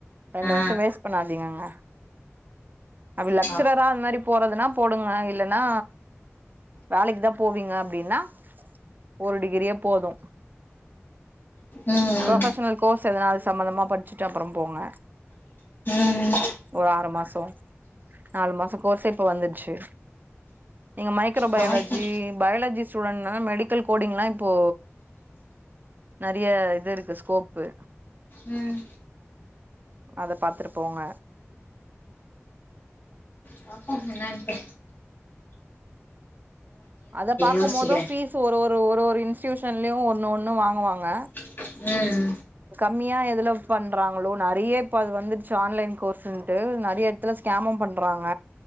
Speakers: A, on the right; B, on the left.
A: ரெண்டு
B: ஆ
A: வருஷம் வேஸ்ட் பண்ணாதீங்கங்க அப்ப லெக்சரரா
B: பாப்போ
A: அந் மாரி போறதுனா போடுங்க இல்லன் னா வேலைக் தா போவீங்க அப்டின்னா ஒரு டிகிரியே போதும்
B: ம்
A: ப்ரொஃபஷ்னல் கோர்ஸ் எதனால் சம்மந்தமா பட் ச்சுட்டு அப்புறம் போங்க
B: ம்
A: ஒரு ஆறு மாசொ நாலு மாச கோர்ஸே இப்ப வந்துச்சு நீங்க மைக்ரோ பயாலஜி
B: பாப்போ
A: பயாலஜி ஸ்டூடெண்ட்னா மெடிக்கல் கோடிங்லா இப்போ நெறைய இது இருக்கு ஸ்கோப்பு
B: உம்
A: அத பாத்துட்டு போங்க
B: பாப்போ என்னட்டு
A: அத பாக்கும்
B: யோசிக்கிறே
A: போதும் பீஸு ஒரு ஒரு ஒரு இன்ஸ்டியூஷன்லயு ஒன்னு ஒன்னு வாங்குவாங்க
B: அ உம்
A: ம்மியா எதுல பண்றாங்களோ நறைய இப்ப அது வந்துச்சி ஆன்லைன் கோர்ஸ்ன்ட்டு நறைய எடத்துல ஸ்கேமு பண்றாங்க